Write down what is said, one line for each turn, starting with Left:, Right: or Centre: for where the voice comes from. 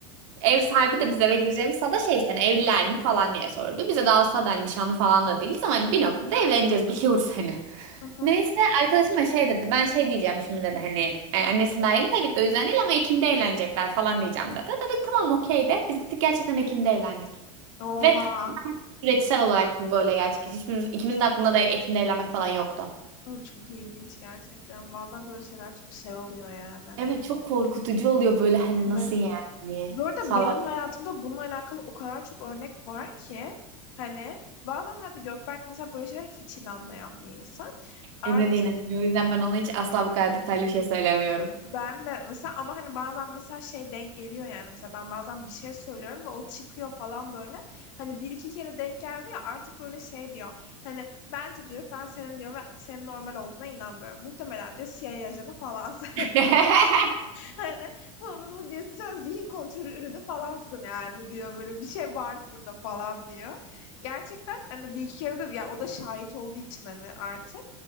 Right: Ev sahibi de biz eve gireceğimiz sana şey işte hani evliler mi falan diye sordu. Bize daha o sırada hani nişanlı falan da değiliz ama hani bir noktada evleneceğiz biliyoruz hani.
Left: Hı hı.
Right: Neyse arkadaşım da şey dedi ben şey diyeceğim şimdi dedi hani e, annesi daha yeni kaybetti o yüzden değil ama Ekim'de evlenecekler falan diyeceğim dedi. Dedik tamam okey de biz gittik gerçekten Ekim'de evlendik.
Left: Oha.
Right: Ve tam süreçsel olarak bu böyle gerçekleşti. Hiçbirimiz ikimizin aklında da Ekim'de evlenmek falan yoktu.
Left: O Çok ilginç gerçekten. Bazen böyle şeyler çok şey oluyor yani.
Right: Evet çok korkutucu oluyor böyle hani
Left: Evet.
Right: nasıl yani
Left: Bu arada
Right: falan.
Left: benim hayatımda bununla alakalı o kadar çok örnek var ki hani bazen hadi Gökberk mesela böyle şeyler hiç inanmayan bir insan. Artık
Right: Emre de inanmıyor o yüzden ben ona hiç asla bu kadar detaylı bir şey söylemiyorum.
Left: ben de mesela ama hani bazen mesela şey denk geliyor yani mesela ben bazen bir şey söylüyorum ve o çıkıyor falan böyle. Hani bir iki kere denk geldi ya artık böyle şey diyor. Hani bence diyor ben senin diyor ve senin normal olduğuna inanmıyorum. Muhtemelen diyor CIA ajanı falan <laughs>
Right: <laughs>
Left: Hani bu, bu diyorsun sen zihin kontrolü ürünü falansın yani diyor böyle bir şey var burada falan diyor. Gerçekten hani bir iki kere de ya o da şahit olduğu için hani artık